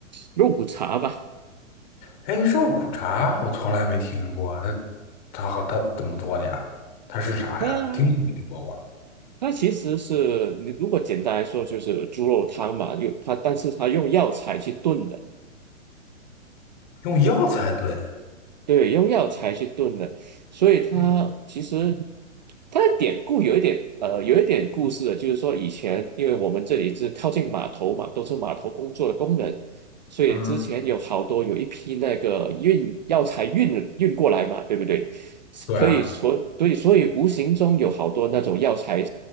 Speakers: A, on the right; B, on the left.
A: 肉骨茶吧。
B: 哎，肉骨茶我从来没听过，它它好它怎么做的呀？它是啥呀？
A: 它
B: 听都没听过吧？
A: 它其实是你如果简单来说就是猪肉汤嘛，用它，但是它用药材去炖的。
B: 用药材炖？
A: 对，用药材去炖的，所以它其实
B: 嗯
A: 它的典故有一点呃，有一点故事的，就是说以前因为我们这里是靠近码头嘛，都是码头工作的工人，所以之前有好多有一批那个运药材运运过来嘛，
B: 嗯，
A: 对不对？
B: 对啊，
A: 可以所对，所以无形中有好多那种药材